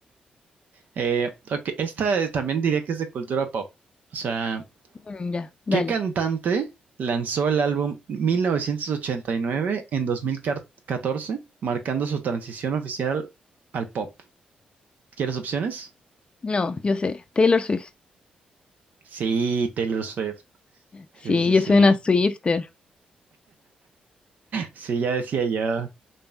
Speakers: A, on the right; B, on the left.
A: Eh, ok, esta eh, también diría que es de cultura pop. O sea,
B: Mm, Ya, dale.
A: ¿qué cantante lanzó el álbum 1989 en 2014, marcando su transición oficial al pop? ¿Quieres opciones?
B: No, yo sé, Taylor Swift.
A: Sí, Taylor Swift.
B: Sí,
A: Sí, sí,
B: yo
A: sí.
B: soy una Swifter.
A: Sí, ya decía yo.